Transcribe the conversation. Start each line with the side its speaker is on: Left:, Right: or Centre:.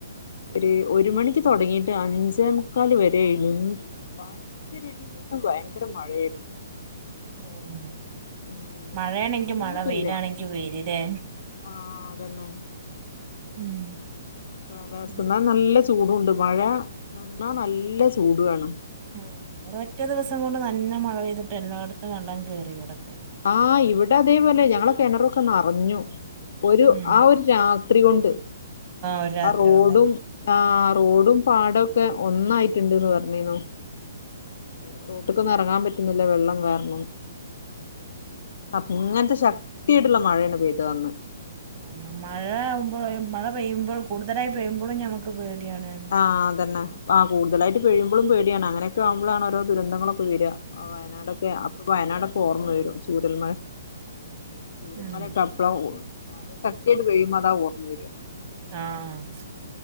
Left: ഒരു ഒരു മണിക്ക് തൊടങ്ങിട്ട് അഞ്ചേ മുക്കാൽ വരെ ഏന്നു <unintelligible> ഭയ് ങ്കര ഇടിം മിന്നും ഭയങ്കര മഴേര്ന്നു.
Right: ഉം.
Left: ഉം
Right: മഴേണെങ്കി
Left: നിന്നിട്ടില്ല
Right: മഴ വെയിലാണെങ്കി വെയില് ലേ.
Left: ആഹ് അതന്നെ.
Right: ഉം.
Left: കാലാവസ്ഥ.
Right: പിന്നെ
Left: ഇന്നാ നല്ല ചൂടൂണ്ട്. മഴ നിന്നാ നല്ല ചൂടു ആണ്.
Right: ആഹ് ഒരൊറ്റ ദിവസം കൊണ്ട് നല്ല മഴ പെയ്തിട്ട് എല്ലായിടത്തും വെള്ളം കേറി ഇവടൊക്കെ.
Left: ആഹ് ഇവടെ അതേപോലെ ഞങ്ങളെ കെണറൊക്കെ നറഞ്ഞു. ഒരു
Right: ഉം
Left: ആ ഒരു രാത്രി കൊണ്ട്
Right: ഒരു രാത്രി
Left: ആ റോഡും.
Right: കൊണ്ടന്നെ
Left: ആഹ് റോഡും പാടൊക്കെ ഒന്നായിറ്റ്ണ്ട്ന്ന് പറഞ്ഞീന്നു. ഉം റോട്ട്ക്കൊന്നും എറങ്ങാൻ പറ്റുന്നില്ല വെള്ളം കാരണം. അങ്ങനത്തെ ശക്തിയായ്ട്ട്ള്ള മഴേണ് പെയ്തത് അന്ന്.
Right: ഉം. മഴ ആകുമ്പോ മഴ പെയ്യുമ്പൾ കൂടുതലായി പെയ്യുമ്പെളും ഞമ്മക്ക് പേടിയാണ്.
Left: ആഹ് അതന്നെ. ആഹ് കൂടുലായിട്ട് ചെയ്യുമ്പോളും പേടിയാണ്. അങ്ങനൊക്കെ ആവുമ്പളാണ് ഓരോ ദുരന്തങ്ങളൊക്കെ വെര. ആഹ് വയനാടൊക്കെ, അപ്പം വയനാടൊക്കെ ഓർമ്മ വരും. ചൂരൽ മല ചൂരന്മലക്കെ
Right: ഉം
Left: പ്പളാ ഓ, മഴ ശക്തിയായിട്ട് പെയ്യുമ്പം അതാ ഓർമ്മ വെരാ.
Right: ആഹ്.